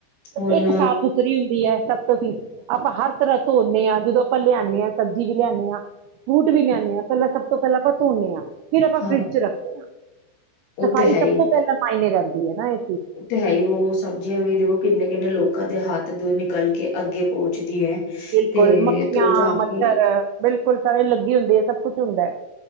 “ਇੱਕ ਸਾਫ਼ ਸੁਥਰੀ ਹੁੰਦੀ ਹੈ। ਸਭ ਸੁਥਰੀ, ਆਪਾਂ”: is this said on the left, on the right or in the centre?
Right